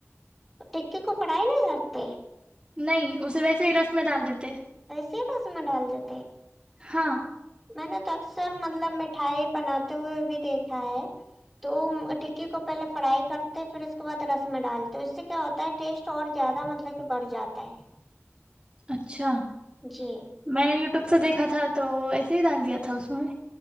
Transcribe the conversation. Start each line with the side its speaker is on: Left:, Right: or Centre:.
Centre: ٹکے کو پڑائی نہیں کرتے
Right: نہیں اسے ویسے ہی رس میں ڈال دیتے
Centre: کے رسما ڈال دیتے
Right: ہاں
Centre: میں نے تو اکثر مطلب مٹھائی بناتے ہوئے بھی دیکھا ہے تو ٹکی کو پہلے فرائی کرتے پھر اس کے بعد رس میں ڈالتے اس سے کیا ہوتا ہے ٹیسٹ اور زیادہ مطلب کہ بڑھ جاتا ہے
Right: اچھا
Centre: جی
Right: میں نے یوٹیوب سے دیکھا تھا تو ڈال دیا تھا اس میں